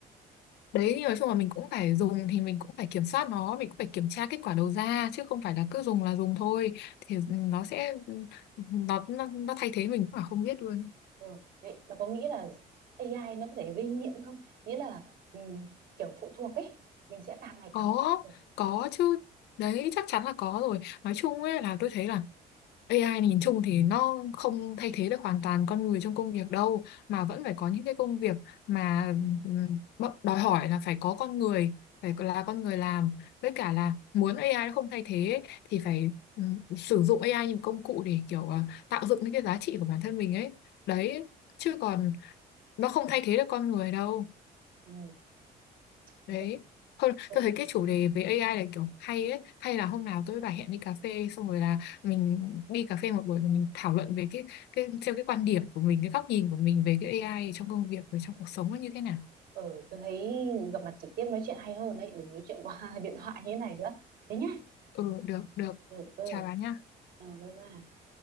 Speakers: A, on the left (about 80°); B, on the right (about 65°).
A: đấy nhưng nói chung là mình cũng phải dùng thì mình cũng phải kiểm soát nó mình cũng phải kiểm tra kết quả đầu ra chứ không phải là cứ dùng là dùng thôi thì ừ, nó sẽ nó nó, nó thay thế mình cũng là không biết luôn
B: Ừ, vậy bà có nghĩ là AI nó có thể gây nghiện không? Nghĩa là ừ, kiểu phụ thuộc ấy, mình sẽ càng ngày
A: có
B: càng phụ thuộc.
A: có chứ đấy chắc chắn là có rồi nói chung ấy là tôi thấy là AI nhìn chung thì nó không thay thế được hoàn toàn con người trong công việc đâu mà vẫn phải có những cái công việc mà ừm, bắt- đòi hỏi là phải có con người phải là con người làm với cả là muốn AI nó không thay thế ấy, thì phải ừm, sử dụng AI như một công cụ để kiểu ờ, tạo dựng những cái giá trị của bản thân mình ấy đấy chứ còn nó không thay thế được con người đâu
B: ừ, đúng
A: đấy
B: rồi.
A: Thôi,
B: Ừ,
A: tôi thấy cái chủ đề về AI là kiểu hay ấy hay là hôm nào tôi với bà hẹn đi cà phê xong rồi là mình đi cà phê một buổi rồi mình thảo luận về cái cái theo cái quan điểm của mình cái góc nhìn của mình về cái AI trong công việc và trong cuộc sống nó như thế nào
B: ừ, tôi thấy gặp mặt trực tiếp nói chuyện hay hơn đấy, đừng nói chuyện qua <laughs> điện thoại như thế này nữa. Thế nhá.
A: ừ được được
B: Ừ, ừ,
A: chào bà nha
B: ừ, bye bye.